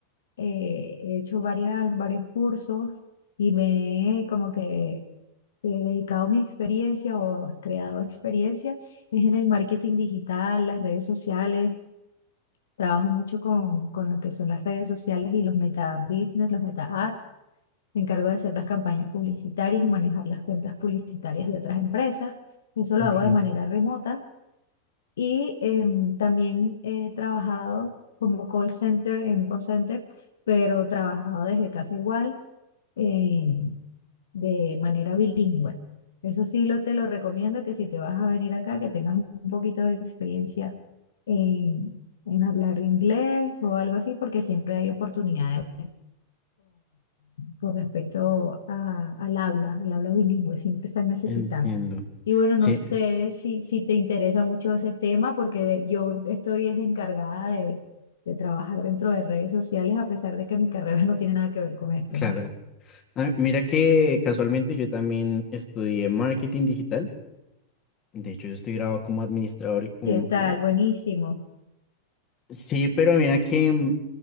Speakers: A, on the left; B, on the left.
A: eh, he hecho varias, varios cursos y me he como que he dedicado mi experiencia o creado experiencia es en el marketing digital, las redes sociales. Trabajo mucho con, con lo que son las redes sociales y los meta business, los meta ads. Me encargo de hacer las campañas publicitarias y manejar las cuentas publicitarias de otras empresas. Eso lo
B: ok,
A: hago de manera remota. Y em, también he trabajado como call center en un call center, pero trabajado desde casa igual, eh, de manera bilingüe. Eso sí lo, te lo recomiendo que si te vas a venir acá, que tengas un poquito de experiencia en, en hablar inglés o algo así, porque siempre hay oportunidades con respecto a- al habla, al habla bilingüe, siempre están necesitando.
B: entiendo.
A: Y bueno,
B: Sí,
A: no sé si, si te interesa mucho ese tema, porque de- yo estoy es encargada de, de trabajar dentro de redes sociales, a pesar de que mi carrera no tiene nada que ver con esto,
B: claro.
A: ¿no?
B: Ah, mira que casualmente yo también estudié marketing digital. De hecho, yo estoy grabado como administrador y como...
A: ¿Qué tal?
B: eh,
A: Buenísimo.
B: Sí, pero mira que mm,